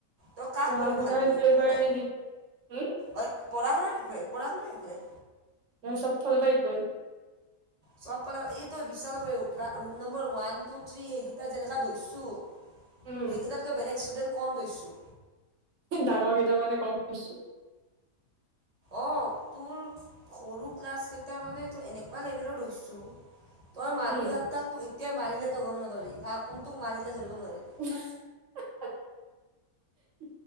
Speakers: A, on the right (about 30°); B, on the right (about 65°).
A: তই কাক
B: পঢ়া
A: কবি
B: শুনাও
A: ভাল বুলি
B: ইকুৱেল
A: কোনো
B: কৰে
A: নাই।
B: নেকি উম
A: অ পঢ়া শুনা ইকুৱেল পঢ়া শুনা ইকুৱেল।
B: মানে চব ফালৰ পৰা ইকুৱেল।
A: চব পালে এই তই বিশ্বাস নকৰিবি অকল্লা room number one two three সেইকেইটা যেনেকা ধৰিছোঁ।
B: উম
A: সেইকেইটাকৈ বেলেগ ষ্টুডেণ্ট কম ধৰিছোঁ।
B: ডাঙৰ কেইটা মানে কম ধৰিছোঁ
A: অঁ, তোৰ সৰু ক্লাছকেইটা মানে তই এনেকুৱা লেভেলৰ ধৰিছোঁ। তই মানুহ
B: উম
A: ইয়াত তাক তোক এতিয়াই মাৰিলে তই গম নাপাবি, কা কোন তোক মাৰিলে ধৰিব নোৱাৰি।
B: উফ